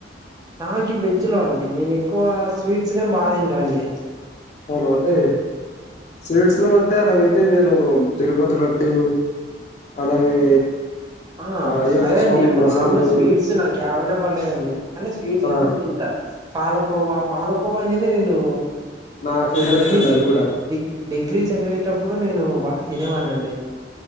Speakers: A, on the right; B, on the left.
A: నాకి వెజ్ లో అండి నేను ఎక్కువ స్వీట్స్ ని బాగా తంటాండి
B: అవున అండి స్వీట్స్ లో అంటే అలాగైతే మీరు తరుపతి లడ్డు అలాగే
A: ఆ
B: అయ్యప్ప
A: అదే
B: స్వామి
A: అండి ఇప్పుడు
B: ప్రసాదము
A: మామూలు స్వీట్స్ నాకు ఏవైనా పర్లేదండి అని స్వీట్స్
B: ఆ
A: అయితే తింటా పాలకోవా పాలకోవా అనేది నేను
B: నా ఫేవరెట్
A: డిగ్రీ
B: అండి అది కూడా
A: గ డిగ్రీ చదివే ఎటప్పుడు నేను బాగా తినేవాడి అండి